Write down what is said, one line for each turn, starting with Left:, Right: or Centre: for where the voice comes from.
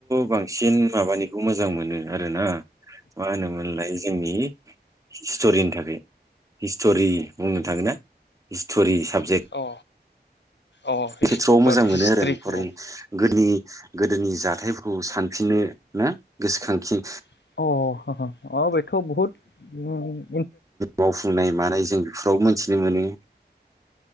Right: बांसिन माबानिखौ मोजां मोनो आरोना मा होनोमोनलाय जोंनि हिस्ट'रिनि थाखाय हिस्ट'रि बुंनो थाङो ना हिस्ट'रि साबजेक्ट
Left: अ अ हिस्टर
Right: खेथ्रआव मोजां मोनो
Left: हिस्ट्रि
Right: आरो आं फरायनो
Left: अ
Right: गोदोनि गोदोनि जाथायफोरखौ सानफिननो ना गोसोखांफिन
Left: <unintelligible> थ' बहुत
Right: मावफुंनाय मानाय जों बेफोराव मोनथिनो मोनो